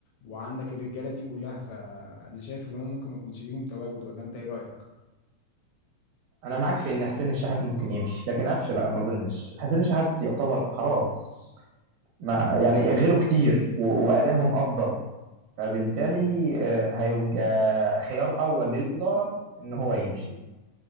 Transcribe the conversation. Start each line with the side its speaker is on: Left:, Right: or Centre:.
Left: وعندك الرجاله دي كلها فانا شايف ان هم ممكن ما يكونش ليهم تواجد ولا انت ايه رايك
Right: انا معاك في ان حسين الشحات ممكن يمشي لكن قفشه لا ما اظنش حسين الشحات يعتبر خلاص ما يعني غيره كتير و- وادائهم افضل فبالتالي آه، هيبقى خيار اول للاداره ان هو يمشي